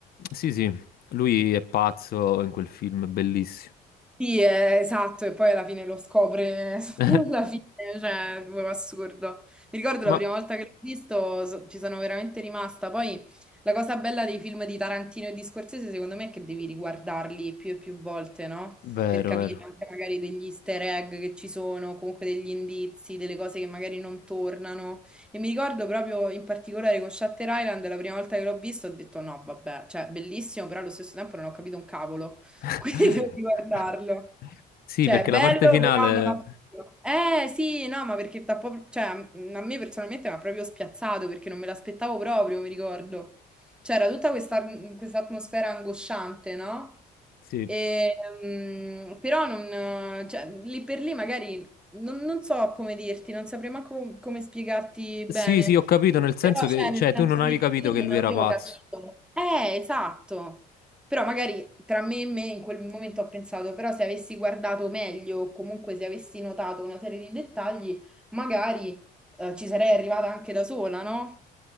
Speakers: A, on the left; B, in the centre.
A: Sì, sì, lui è pazzo in quel film, è bellissimo.
B: Sì, eh, esatto, e poi alla fine lo scopre <laughs>
A: <laughs>
B: alla fine, cioè, proprio assurdo. Mi ricordo
A: Ma
B: la prima volta che l'ho visto, so- ci sono veramente rimasta. Poi la cosa bella dei film di Tarantino e di Scorsese, secondo me, è che devi riguardarli più e più volte, no?
A: vero,
B: Per capire
A: vero.
B: anche magari degli easter egg che ci sono, comunque degli indizi, delle cose che magari non tornano. E mi ricordo proprio in particolare con Shutter Island, la prima volta che l'ho visto, ho detto no, vabbè, cioè, bellissimo, però allo stesso tempo non ho capito un cavolo.
A: <laughs>
B: <laughs> quindi devo guardarlo.
A: Sì,
B: Cioè,
A: perché
B: bello,
A: la parte finale.
B: però non ho capito. Eh sì, no, ma perché t'ha proprio- cioè, a me personalmente mi ha proprio spiazzato perché non me l'aspettavo proprio, mi ricordo. C'era tutta questa questa atmosfera angosciante, no?
A: Sì.
B: E, mm, però non, cioè, lì per lì magari non, non so come dirti, non saprei manco come spiegarti
A: Sì,
B: bene.
A: sì, ho capito, nel senso
B: Però,
A: che,
B: cioè,
A: cioè,
B: nel senso
A: tu non avevi
B: lì
A: capito
B: per lì
A: che lui
B: non
A: era
B: avevo
A: pazzo.
B: capito. Eh, esatto. Però magari tra me e me in quel momento ho pensato, però se avessi guardato meglio, o comunque se avessi notato una serie di dettagli, magari eh, ci sarei arrivata anche da sola, no?